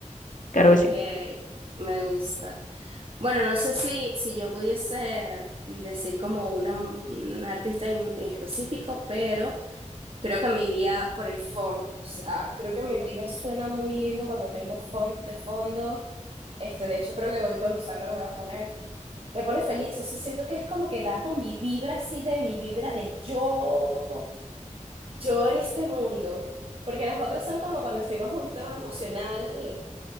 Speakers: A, on the left (about 85°); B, on the right (about 45°).
A: Claro
B: Ok,
A: que sí.
B: me gusta. Bueno, no sé si, si yo pudiese decir como una, un artista en, en específico, pero creo que me iría por el funk. O sea, creo que mi vida suena muy lindo cuando tengo funk de fondo. Este, de hecho, creo que hoy cuando salga lo voy a poner. Me pone feliz, o sea, siento que es como que da con mi vibra así de mi vibra de yo, yo en este mundo. Porque las otras son como cuando estoy bajo un estado emocional